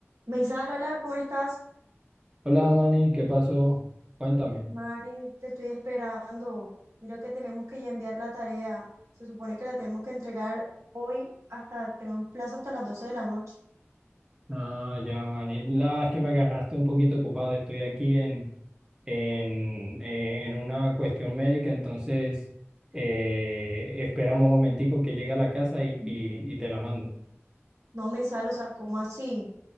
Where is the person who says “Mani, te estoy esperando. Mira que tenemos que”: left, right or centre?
Right